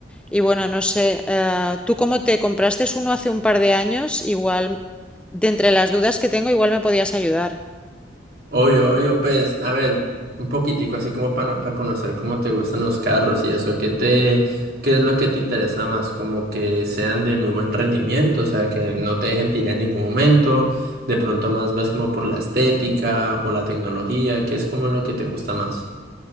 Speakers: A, in the centre; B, on the right (about 50°).
A: y bueno, no sé, eh, tú como te compraste uno hace un par de años, igual, de entre las dudas que tengo, igual me podías ayudar.
B: Obvio, obvio, pues, a ver, un poquitico así como para conocer cómo te gustan los carros y eso, ¿qué te, qué es lo que te interesa más? Como que sean de muy buen rendimiento, o sea, que no te dejen tirar en ningún momento, de pronto más vas como por la estética o la tecnología, ¿qué es como lo que te gusta más?